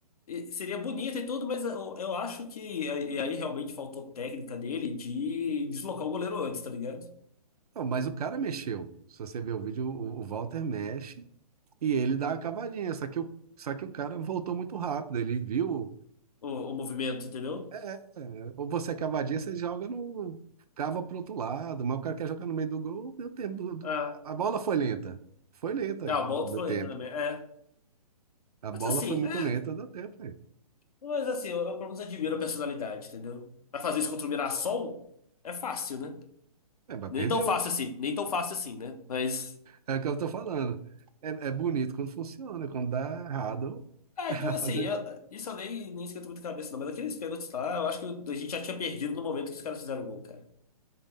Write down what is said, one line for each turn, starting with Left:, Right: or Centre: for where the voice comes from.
Left: E Seria bonito e tudo, mas eu, eu acho que. E aí realmente faltou técnica dele de deslocar o goleiro antes, tá ligado?
Right: Não, mas o cara mexeu. Se você ver o vídeo, o, o Walter mexe E ele dá a cavadinha, só que o, só que o cara voltou muito rápido. Ele viu.
Left: O, o movimento, entendeu?
Right: É, é, ou você é cavadinha, você joga no. Cava pro outro lado, mas o cara quer jogar no meio do gol, deu tempo. do- do-
Left: Ah,
Right: a bola foi lenta. Foi lenta,
Left: ah, o
Right: deu
Left: Bolton foi
Right: tempo.
Left: entrando na minha. É.
Right: A
Left: Mas
Right: bola
Left: assim,
Right: foi muito
Left: é.
Right: lenta, deu tempo. aí.
Left: Mas assim, eu, eu pelo menos admiro a personalidade, entendeu? Pra fazer isso contra o Mirassol é fácil, né?
Right: É, mas
Left: Nem
Right: perdeu.
Left: tão fácil assim, nem tão fácil assim, né? Mas.
Right: É o que eu tô falando. É, é bonito quando funciona, quando dá errado, <laughs>
Left: Ah,
Right: vai
Left: então assim,
Right: fazer.
Left: eu-
Right: o quê?
Left: isso eu nem, nem esquento muito a cabeça, não. Mas aqueles pênaltis lá, eu acho que a gente já tinha perdido no momento que os caras fizeram o gol, cara.